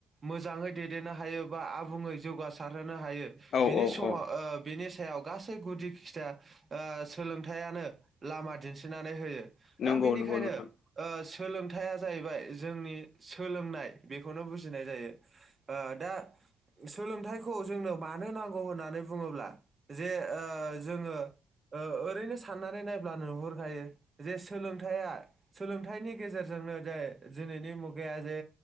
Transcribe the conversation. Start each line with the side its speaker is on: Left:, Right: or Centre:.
Right: मोजाङै दैदेननो हायो बा आबुङै जौगासारहोनो हायो
Left: औ
Right: बेनि
Left: औ
Right: समाव
Left: औ
Right: ओ बिनि सायाव गासै गुदि खिथा सोलोंथाइयानो लामा दिन्थिनानै होयो।
Left: नंगौ
Right: दा बेनिखायनो
Left: नंगौ नोंथां
Right: ओ सोलोंथाइया जाहैबाय जोंनि सोलोंनाय बेखौनो बुजिनाय जायो दा सोलोंथाइ खौ जोंनो मानो नांगौ होननानै बुङोब्ला जे ओ जोङो ओ ओरैनो साननानै नायब्ला नुहुरखायो जे सोलोंथाइया सोलोंथाइनि गेजेरजोंनो जे दिनैनि मुगाया जे